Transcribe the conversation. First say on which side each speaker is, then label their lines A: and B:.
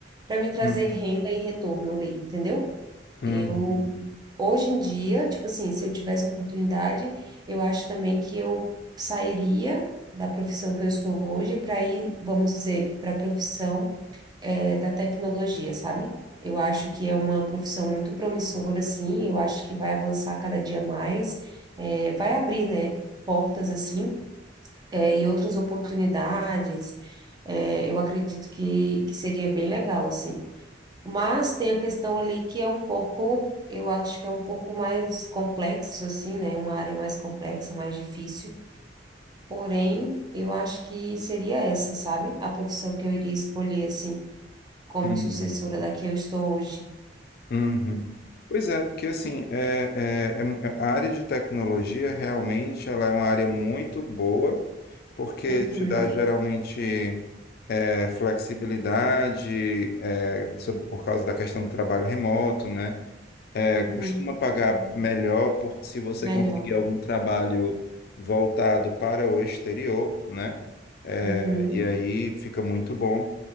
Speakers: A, on the right (about 25°); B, on the left (about 55°).
A: Para me trazer
B: uhum,
A: renda e retorno ali, entendeu?
B: uhum.
A: Eu, hoje em dia, tipo assim, se eu tivesse a oportunidade, eu acho também que eu sairia da profissão que eu estou hoje para ir, vamos dizer, para a profissão, eh, da tecnologia, sabe? Eu acho que é uma profissão muito promissora, assim, eu acho que vai avançar cada dia mais, eh, vai abrir, né, portas, assim, eh, e outras oportunidades, Eh, eu acredito que, que seria bem legal, assim. Mas tem a questão ali que é um pouco, eu acho que é um pouco mais complexo, assim, né? Uma área mais complexa, mais difícil. Porém, eu acho que seria essa, sabe? A profissão que eu iria escolher, assim, como
B: Uhum.
A: sucessora da que eu estou hoje.
B: Uhum. Pois é, porque assim, é, é, é mu- é, a área de tecnologia realmente ela é uma área muito boa, porque
A: Uhum,
B: te dá geralmente é, flexibilidade, é, sob- por causa da questão do trabalho remoto, né? É,
A: uhum,
B: costuma pagar melhor por, se você
A: melhor.
B: conseguir algum trabalho voltado para o exterior, né? É,
A: Uhum.
B: e aí fica muito bom.